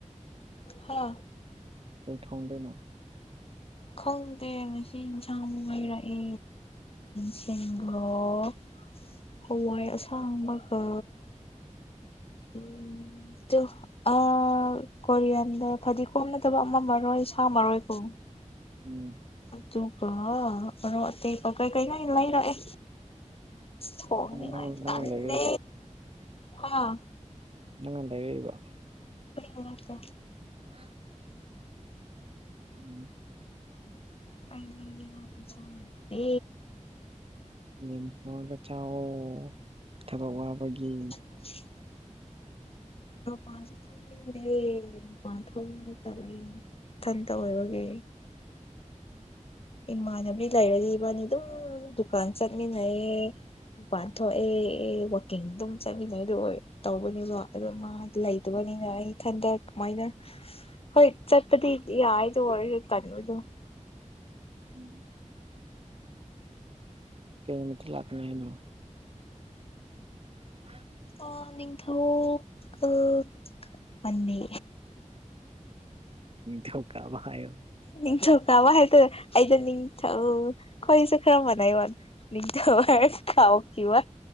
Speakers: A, on the left; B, on the right.
A: ꯍꯥ
B: ꯀ ꯊꯣꯡꯗꯅꯣ
A: ꯈꯪꯗꯦ ꯉꯁꯤ ꯏꯟꯁꯥꯡ ꯂꯩꯔꯛꯑꯦ <unintelligible> ꯁꯦꯡꯒꯔꯣ ꯍꯋꯥꯏ ꯑꯁꯥꯡꯕꯒ ꯎꯝ <unintelligible> ꯑ ꯀꯣꯔꯤꯌꯥꯟꯗ ꯐꯗꯤꯒꯣꯝ ꯅꯠꯇꯕ ꯑꯃ ꯃꯔꯣꯏ ꯁꯥꯃꯔꯣꯏꯀꯨꯝ
B: ꯎꯝ
A: ꯑꯗꯨꯒ ꯑꯔꯣꯛ ꯑꯇꯦꯡꯄ ꯀꯩ ꯀꯩ <unintelligible> ꯃꯩ ꯂꯥꯛꯑꯦ ꯊꯣꯡꯅꯤꯡꯉꯥꯏ
B: ꯅꯪ ꯅꯪ
A: ꯇꯜꯂꯤ
B: ꯅꯪꯅ ꯂꯩꯔꯛꯏꯕ
A: ꯍꯥ
B: ꯅꯪꯅ ꯂꯩꯔꯛꯢꯕ
A: ꯑꯩꯅ ꯅꯠꯇꯦ
B: <inaudible> <inaudible>
A: <inaudible> ꯇꯦ
B: ꯌꯦꯟ ꯊꯣꯛꯉꯥꯒ ꯆꯥꯋꯣ ꯊꯕꯛ ꯋꯥꯕꯒꯤ
A: <inaudible> ꯃꯄꯥꯟꯁꯨ ꯊꯣꯛꯅꯤꯡꯗꯦ ꯃꯄꯥꯟ ꯊꯣꯛꯄ ꯇꯜꯂꯦ ꯏꯊꯟꯇ ꯑꯣꯏꯕꯒꯤ ꯏꯃꯥꯟꯅꯕꯤ ꯂꯩꯔꯗꯤ ꯏꯕꯥꯅꯤ ꯑꯗꯨꯝ ꯗꯨꯀꯥꯟ ꯆꯠꯃꯤꯟꯅꯩꯌꯦ ꯃꯄꯥꯟ ꯊꯣꯛꯑꯦ ꯋꯥꯛꯀꯤꯡ ꯑꯗꯨꯝ ꯆꯥꯃꯤꯟ <unintelligible> ꯇꯧꯕꯅꯤꯕ ꯑꯗꯨ ꯃꯥ ꯂꯩꯇꯕꯅꯤꯅ ꯑꯩ ꯏꯊꯟꯇ ꯀꯃꯥꯏꯅ ꯍꯣꯏ ꯆꯠꯄꯗꯤ ꯌꯥꯏ ꯑꯗꯨ ꯑꯣꯏꯔꯁꯨ ꯇꯟꯕꯗꯨ
B: ꯎꯝ ꯀꯩ ꯅꯨꯃꯤꯠꯇ ꯂꯥꯛꯀꯅꯤ ꯍꯥꯏꯅꯣ <inaudible>
A: ꯍꯣ ꯅꯤꯡꯊꯧ ꯀꯜ ꯄꯥꯅꯦ
B: ꯅꯤꯡꯊꯧꯀꯥꯕ ꯍꯥꯏꯌꯣ
A: ꯅꯤꯡꯊꯧꯀꯥꯕ ꯍꯥꯏꯗꯨ ꯑꯩꯗꯨ ꯅꯤꯡꯊꯧ ꯈꯣꯏ ꯅꯤꯁꯨ ꯈꯔ ꯃꯥꯟꯅꯩꯕ ꯅꯤꯡꯊꯧ ꯍꯥꯏꯔ ꯀꯥꯎꯈꯤꯕ